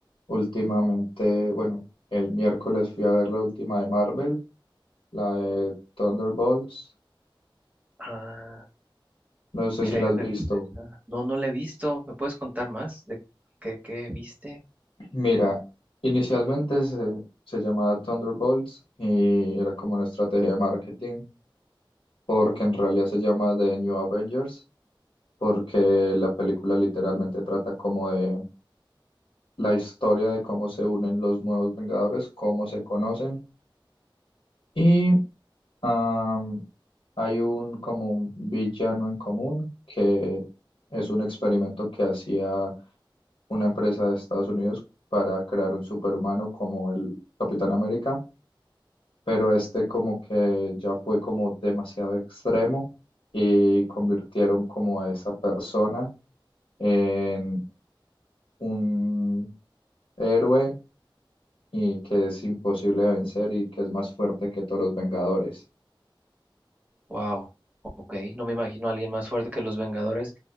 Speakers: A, on the left; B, on the right.
A: Últimamente, bueno, el miércoles fui a ver la última de Marvel, la de Thunderbolts.
B: Ah,
A: No sé
B: mira,
A: si
B: yo
A: la has
B: no
A: visto.
B: he visto esa. No, no la he visto. ¿Me puedes contar más de qué, qué viste?
A: Mira, inicialmente se, se llamaba Thunderbolts y era como una estrategia de marketing porque en realidad se llama The New Avengers, porque la película literalmente trata como de la historia de cómo se unen los nuevos Vengadores, cómo se conocen y am, hay un como un villano en común que es un experimento que hacía una empresa de Estados Unidos para crear un superhumano como el Capitán América pero este como que ya fue como demasiado extremo y convirtieron como a esa persona en un héroe y que es imposible de vencer y que es más fuerte que todos los Vengadores.
B: Wow, ok, no me imagino a alguien más fuerte que los Vengadores,